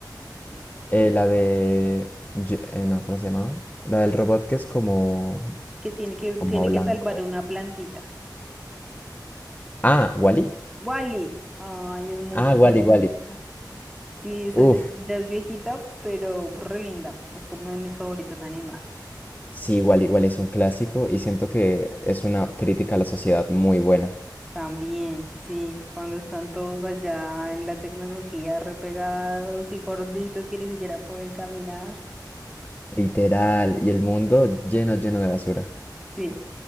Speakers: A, in the centre; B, on the left.
A: Y-
B: Eh, la de... Yo- eh, no, ¿cómo se llamaba? La del robot que es como,
A: Que tiene que,
B: como
A: tiene
B: blanco.
A: que salvar una plantita.
B: Ah, Wally.
A: Wally, ay, es muy
B: Ah,
A: linda.
B: Wally, Wally.
A: Sí, esa
B: Uf.
A: ya, ya es viejita, pero re linda. Es como de mis favoritas animadas.
B: Sí, igual, igual es un clásico y siento que es una crítica a la sociedad muy buena.
A: También, sí, cuando están todos allá en la tecnología repegados y gorditos que ni siquiera pueden caminar.
B: Literal, y el mundo lleno, lleno de basura.
A: Sí,